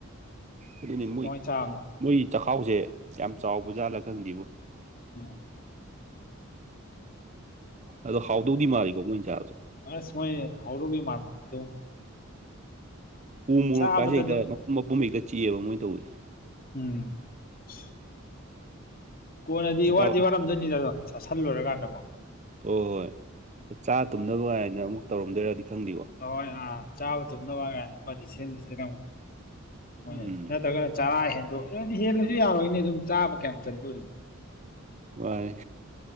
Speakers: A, on the right; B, on the left.
A: ꯑꯗꯨꯅꯤ ꯃꯣꯏ
B: ꯀꯃꯥꯏꯅ ꯆꯥꯕꯅꯣ
A: ꯃꯣꯏ ꯆꯈꯥꯎꯁꯦ ꯌꯥꯝ ꯆꯥꯎꯕ ꯖꯥꯠꯂꯥ ꯈꯪꯗꯦꯕꯨ꯫
B: ꯑꯝ꯫
A: ꯑꯗꯣ ꯍꯥꯎꯗꯧꯗꯤ ꯃꯥꯂꯤꯀꯣ ꯃꯣꯏ ꯆꯥꯕꯁꯦ꯫
B: ꯑꯁꯨ ꯃꯣꯏ ꯍꯥꯎꯗꯧꯗꯤ ꯃꯥꯟꯕꯅꯦ ꯑꯗꯣ
A: ꯎ ꯃꯣꯔꯣꯛꯀꯥꯁꯦ
B: ꯆꯥꯕꯗ
A: ꯍꯦꯛꯇ
B: ꯑꯗꯨꯝ
A: ꯃꯄꯨꯝ ꯃꯄꯨꯝ ꯍꯛꯇ ꯆꯤꯑꯦꯕ ꯃꯣꯏꯅ ꯇꯧꯕꯁꯦ꯫
B: ꯎꯝ꯫ ꯑꯁ ꯀꯣꯟꯅꯗꯤ
A: ꯏꯇꯥꯎ
B: ꯋꯥꯗꯤ
A: ꯍꯣꯏ
B: ꯋꯥꯔꯝꯗꯣꯏꯅꯤꯗ ꯑꯗꯣ ꯆꯁꯤꯜꯂꯨꯔ ꯀꯥꯟꯗꯀꯣ꯫
A: ꯍꯣꯏ ꯍꯣꯏ ꯆꯥ ꯇꯨꯝꯅꯕ ꯀꯥꯏꯅ ꯑꯃꯨꯛ ꯇꯧꯔꯝꯗꯣꯏꯔꯗꯤ ꯈꯪꯗꯦꯀꯣ꯫
B: ꯍꯣꯏ ꯍꯣꯏ ꯑꯥ ꯆꯥꯕ ꯇꯨꯝꯅꯕ ꯀꯥꯏꯅ ꯑꯃꯗꯤ ꯁꯤꯟꯗꯤ ꯁꯤꯟꯂꯝꯒꯅꯤ꯫ ꯍꯣꯏ
A: ꯎꯝ
B: ꯅꯠꯇ꯭ꯔꯒꯅ ꯆꯥꯔꯥ ꯍꯦꯟꯗꯣꯛ ꯑꯗꯨꯗꯤ ꯍꯦꯜꯂꯁꯨ ꯌꯥꯔꯣꯏ ꯑꯅꯦ ꯑꯗꯨꯝ ꯆꯥꯕ ꯀꯌꯥꯝ ꯆꯥꯟꯗꯣꯔꯤ
A: ꯃꯥꯟꯅꯦ